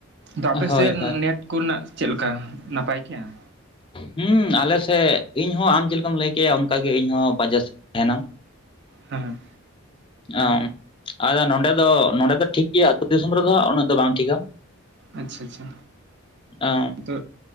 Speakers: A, on the right; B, on the left.
A: ᱛᱚ ᱟᱯᱮ
B: ᱦᱳᱭ
A: ᱥᱮᱫ
B: ᱦᱳᱭ
A: ᱱᱮᱴ ᱠᱚ ᱨᱮᱱᱟᱜ ᱪᱮᱫ ᱞᱮᱠᱟ ᱱᱟᱯᱟᱭ ᱜᱮᱭᱟ? ᱦᱮᱸ
B: ᱦᱩᱸ ᱟᱞᱮ ᱥᱮᱫ ᱤᱧ ᱦᱚᱸ ᱟᱢ ᱪᱮᱫ ᱞᱮᱠᱟᱢ ᱞᱟᱹᱭᱼᱼ ᱠᱮᱭᱟ ᱚᱱᱠᱟ ᱜᱮ ᱤᱧ ᱦᱚᱸ ᱵᱟᱡᱟᱨ ᱥᱮ ᱨᱤᱧ ᱛᱟᱦᱮᱱᱟ
A: ᱦᱮᱸ
B: ᱚᱼ ᱟ ᱱᱚᱰᱮ ᱫᱚ ᱱᱚᱰᱮ ᱫᱚ ᱴᱷᱤᱠ ᱜᱮᱭᱟ ᱟᱛᱳ ᱫᱤᱥᱚᱢ ᱨᱮᱫᱚ ᱦᱟᱜ ᱩᱱᱟᱹᱜ ᱫᱚ ᱵᱟᱝ ᱴᱷᱤᱠᱟ᱾
A: ᱟᱪᱷᱟ ᱟᱪᱷᱟ
B: ᱚ
A: ᱛᱚᱼᱼ